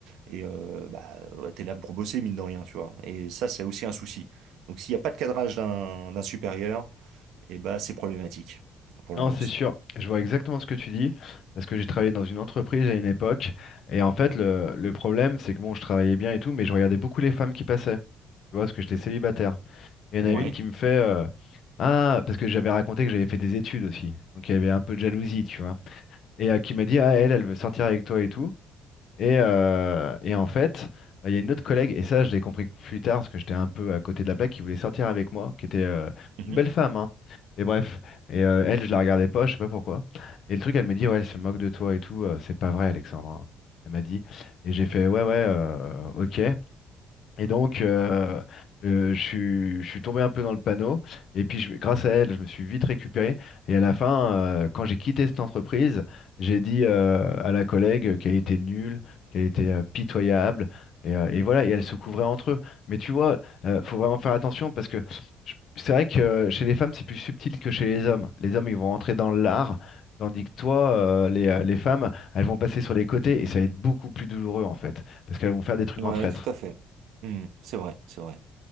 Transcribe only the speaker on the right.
Et euh, bah, ouais, t'es là pour bosser, mine de rien, tu vois. Et ça, c'est aussi un souci. Donc, s'il n'y a pas de cadrage d'un d'un supérieur, et bah c'est problématique pour l'ambiance.
Ouais.
Mhm.
Ouais,
tout à fait. Hmm, c'est vrai, c'est vrai.